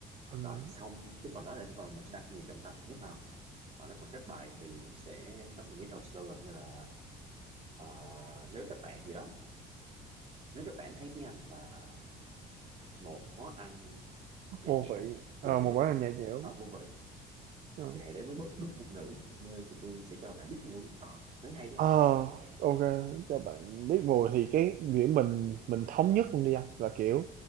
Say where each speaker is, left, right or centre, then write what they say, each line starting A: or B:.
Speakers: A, on the right; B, on the right.
A: mình
B: Rồi xong cái phần đó là cái phần mình sẽ đặt nhiều trọng tâm nhất không? Còn cái phần kết bài thì mình sẽ có một cái câu slogan như là ờ, nếu các bạn gì đó nếu các bạn thấy tiếng Anh là một món ăn nhạt
A: vô
B: nhẽo
A: vị ờ
B: thì hãy
A: một
B: đến
A: món
B: với
A: là nhà nhẽo
B: ờ, vô vị
A: Ờ.
B: thì hãy đến với bước bước ngôn ngữ nơi tụi tôi sẽ cho bạn biết mùi ờ thấy hay đấy
A: Ờ,
B: không
A: ok, cho bạn biết mùi thì cái điểm mình mình thống nhất luôn đi anh là kiểu